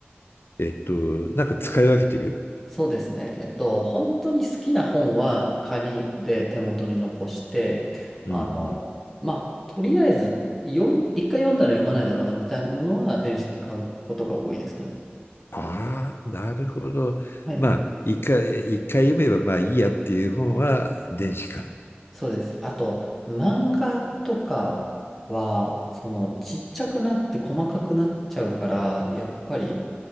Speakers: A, on the left; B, in the centre.
A: えっと、なんか使い分けてる
B: そうですね。えっと、本当に好きな本は紙で手元に残して、
A: うんうん。
B: あの、まあ、とりあえず読む、一回読んだら読まないだろうなみたいなものは電子で買うことが多いですかね。
A: ああ、なるほど。
B: はい。
A: まあ、一回、一回読めばまあいいやっていう本は電子か。
B: うんそうです。あと、漫画とかは、その、ちっちゃくなって細かくなっちゃうから、やっぱり、